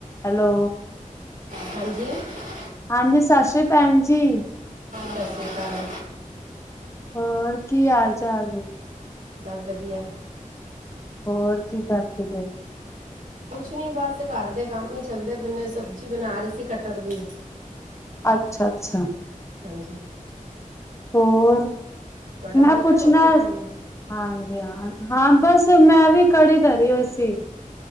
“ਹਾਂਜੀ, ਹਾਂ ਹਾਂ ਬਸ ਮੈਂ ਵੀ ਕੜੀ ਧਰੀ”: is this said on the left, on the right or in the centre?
Left